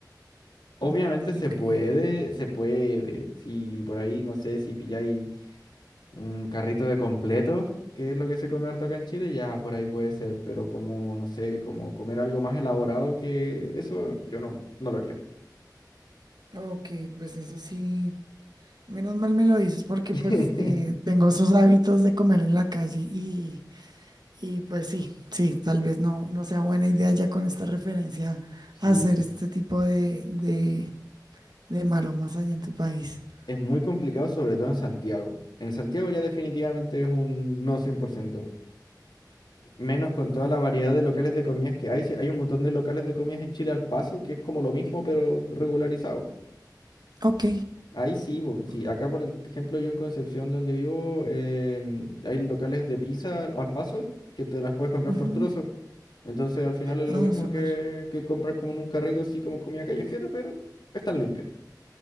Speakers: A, on the left (about 80°); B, on the right (about 70°).
A: Obviamente
B: No te lo
A: se
B: creo.
A: puede, se puede. Si por ahí, no sé, si pilláis un carrito de completos, que es lo que se come harto acá en Chile, ya por ahí puede ser. Pero como, no sé, como comer algo más elaborado que eso, yo no, no lo haría.
B: Ok, pues eso sí. Menos mal me lo dices porque
A: <laughs>
B: pues eh, tengo esos hábitos de comer en la calle y, y pues sí, sí, tal vez no, no sea buena idea ya con esta referencia
A: Sí,
B: hacer este tipo de, de, de maromas allá en tu país.
A: es muy complicado, sobre todo en Santiago. En Santiago ya definitivamente es un no 100%. Menos
B: Oh,
A: con toda la variedad de locales de comidas que hay. si Hay un montón de locales de comidas en Chile al paso, que es como lo mismo, pero regularizado.
B: ok.
A: Ahí sí, bo, sí.
B: o-
A: Acá, por ejemplo, yo en Concepción, donde vivo, em, hay locales de pizza al al paso que te las puedes comprar
B: ujú.
A: por trozos. Entonces, al final es
B: Ah,
A: lo mismo
B: súper.
A: que, que comprar como en un carrito, así como comida callejera, pero están limpias.